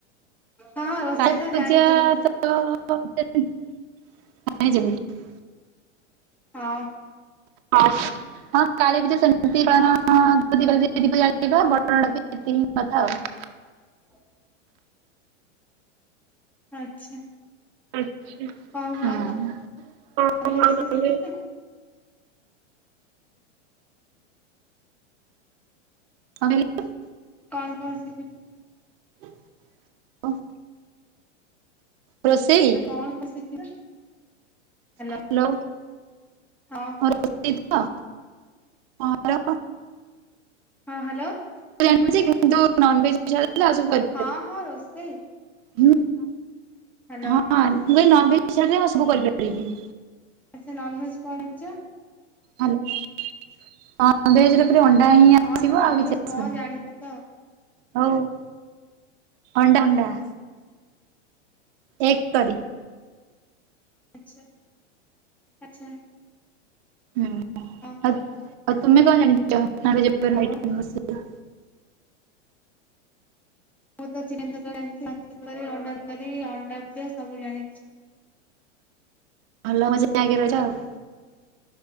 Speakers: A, in the centre; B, on the right (about 50°).
A: ହଁ ରୋଷେଇ
B: କାଳୀ
A: ତ
B: ପୂଜା
A: ଜାଣିଚି ମୁଁ।
B: <inaudible>
A: ହଁ।
B: ହଁ ହଁ କାଳି ପୂଜା ସେମତି <unintelligible> ହଁ <unintelligible> କଥା ଆଉ।
A: <inaudible> ଆଚ୍ଛା।
B: ହଁ
A: କଣ ଆଉ
B: <unintelligible>
A: ତମେ ରୋଷେଇ ଶିଖିଛ
B: <unintelligible>
A: କଣ କଣ ଶିଖିଚୁ?
B: <inaudible> ରୋଷେଇ?
A: କଣ କ ଶିଖିଚ ହାଲୋ
B: ହ୍ୟାଲୋ
A: ହଁ।
B: ରୋଷେଇ ତ, ହଁ ହାଲୋ।
A: ହଁ ହାଲୋ ଶୁବୁଚି।
B: ଜାଣିଛି କିନ୍ତୁ ନନଭେଜ୍ କୁ ଛାଡିଦେଲେ ଆଉ ସବୁ କରି
A: ହଁ ହଁ ରୋଷେଇ।
B: <unintelligible>
A: ହ୍ୟାଲୋ
B: ହଁ ମୁଁ କହିଲି ନନଭେଜକୁ ଛାଡ ଦେଇ ଆଉ ସବୁ କରିପାରିବି।
A: ଆଚ୍ଛା ନନ୍ଭେଜ୍ କଁ <unintelligible>
B: ହାଲୋ ହଁ। ନନଭେଜ ରେ ଖାଲି ଅଣ୍ଡା ହିଁ ଆସିବ
A: ହଁ ସେ ନନଭେଜ
B: ଆଉ କିଛି ଆସିବନି।
A: କଣ ଜାଣିଛ
B: ହଉ ଅଣ୍ଡା ଅଣ୍ଡା। ଏଗ କରିି।
A: ଆଚ୍ଛା ଆଚ୍ଛା।
B: ହୁଁ ଆଉ
A: ହଁ
B: ଆଉ ତୁମେ କଣ ଜାଣିଛ <inaudible>
A: ଆଉ ମୁଁ ତ ଚିକେନ ତରକାରୀ ଜାଣିଛି ମାଛ ତରକାରୀ ଅଣ୍ଡା ତରକାରୀ ଅଣ୍ଡା <unintelligible> ସବୁ ଜାଣିଛି।
B: ଭଲ <inaudible> ରହିଛ ଆଉ।